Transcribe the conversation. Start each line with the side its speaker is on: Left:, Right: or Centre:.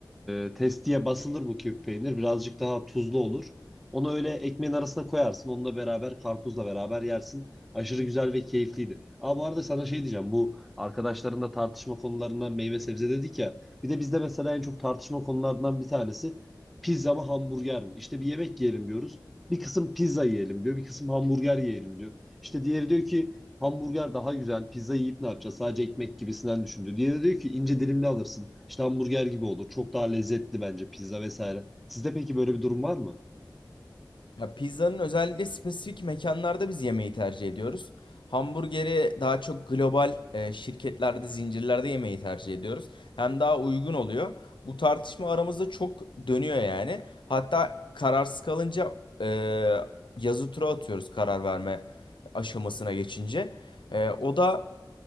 Centre: e, testiye basılır bu küp peynir. Birazcık daha tuzlu olur. Onu öyle ekmeğin arasına koyarsın. Onunla beraber karpuzla beraber yersin. Aşırı güzel ve keyifliydi. Aa bu arada sana şey diyeceğim. Bu arkadaşlarınla tartışma konularından meyve sebze dedik ya. Bir de bizde mesela en çok tartışma konularından bir tanesi pizza mı hamburger mi? İşte bir yemek yiyelim diyoruz. Bir kısım pizza yiyelim diyor. Bir kısım hamburger yiyelim diyor. İşte diğeri diyor ki hamburger daha güzel. Pizza yiyip ne yapacağız? Sadece ekmek gibisinden düşündü. Diğeri diyor ki ince dilimli alırsın. İşte hamburger gibi olur. Çok daha lezzetli bence pizza vesaire. Sizde peki böyle bir durum var mı?
Left: Ya pizzanın özellikle spesifik mekanlarda biz yemeği tercih ediyoruz. Hamburgeri daha çok global e, şirketlerde, zincirlerde yemeği tercih ediyoruz. Hem daha uygun oluyor. Bu tartışma aramızda çok dönüyor yani. Hatta kararsız kalınca e, yazı tura atıyoruz karar verme aşamasına geçince. E, o da